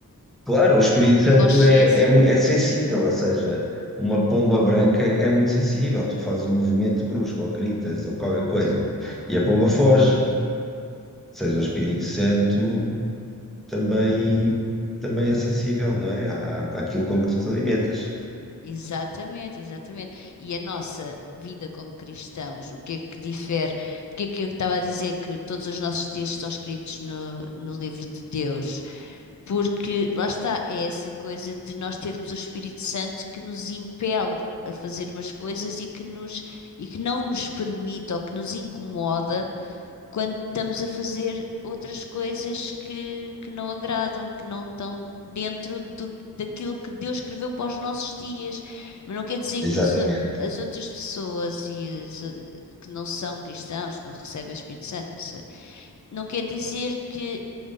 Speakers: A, in the centre; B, on the left.
A: Claro, o Espírito Santo
B: consciência
A: é, é, mu- é sensível, ou seja, uma pomba branca é muito sensível. Tu fazes um movimento brusco, ou gritas, ou qualquer coisa, e a pomba foge. seja, o Espírito Santo também, também é sensível, não é? À, àquilo como tu te alimentas.
B: Exatamente, exatamente. E a nossa vida como cristãos, o que é que difere? O que é que eu estava a dizer? Que todos os nossos dias estão escritos no, no livro de Deus. Porque lá está, é essa coisa de nós termos o Espírito Santo que nos impele a fazer umas coisas e que nos, e que não nos permite ou que nos incomoda quando estamos a fazer outras coisas que, que não agradam, que não estão dentro do, daquilo que Deus escreveu para os nossos dias. Mas não quer dizer
A: Exatamente.
B: que as, o- as outras pessoas e as, o- que não são cristãos, que não recebem o Espírito Santo, não sei, não quer dizer que